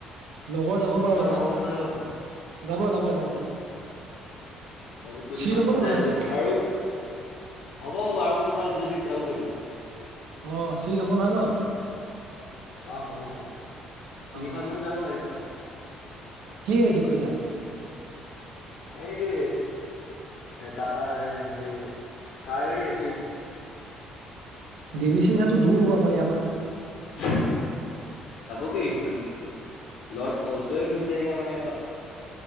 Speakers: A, on the right (about 85°); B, on the left (about 65°).
A: লগৰ যাব বাৰু
B: তোমাৰ
A: এটা
B: লগৰ কোনবা যাব নেকি?
A: যাব, যাব এটা যাব।
B: তাকো কৈ
A: চিট
B: দিবা
A: হ'ব নে
B: যাই
A: নহয়
B: যদি
A: বাৰু
B: আৰু হ'ব, হ'ব আৰু কোনোবা আছে যদি তাকো কৰি দিবা।
A: অ', চিঠ হ'ব নহয় ন।
B: অ', হ'ব, হ'ব তিনিখনমানান
A: অ
B: যাব গাড়ী আমাৰ।
A: কি গাড়ী ঠিক কৰিছা?
B: এইটো এ, টাটা হেৰি কাৰ হেৰি চুইফ্ট।
A: দেৱী সিং ঘাটো দূৰ হ'ব আমাৰ ইয়াৰ পৰা।
B: <inaudible> যাবগে সেইখন অ'লটোৱে গুচি যায়গৈ আমাৰ ইয়াৰ পৰা।